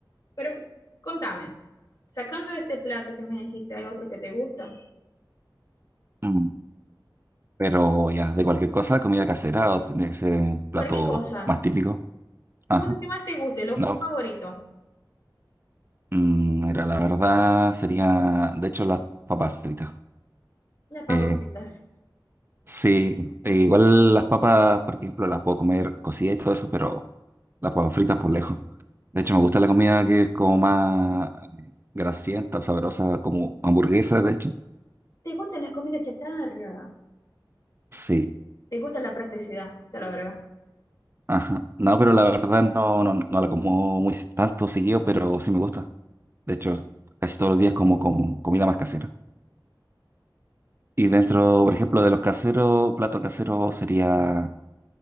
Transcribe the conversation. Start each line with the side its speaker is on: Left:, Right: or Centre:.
Left: Pero contame, sacando este plato que me dijiste, ¿hay otro que te gusta?
Right: Mm. Pero ya, de cualquier cosa, comida casera o tiene que
Left: Cualquier
Right: plato
Left: cosa,
Right: más típico.
Left: como
Right: Ajá.
Left: lo que más te guste, lo,
Right: No,
Left: tu favorito,
Right: mm, mira, la verdad sería, de hecho, las papas fritas.
Left: las papas
Right: Eh,
Left: fritas.
Right: sí, e igual las papas, por ejemplo, las puedo comer cocidas y todo eso, pero las papas fritas por lejos. De hecho, me gusta la comida que es como más eh, grasienta o sabrosa, como hamburguesa, de hecho.
Left: ¿Te gustan las comidas chatarra?
Right: Sí.
Left: ¿Te gusta la practicidad? Te la verdad.
Right: Ajá. No, pero la verdad no, no, no la como muy s- tanto seguido, pero sí me gusta. De hecho, casi todos los días como, como comida más casera. Y dentro, por ejemplo, de los caseros, plato casero sería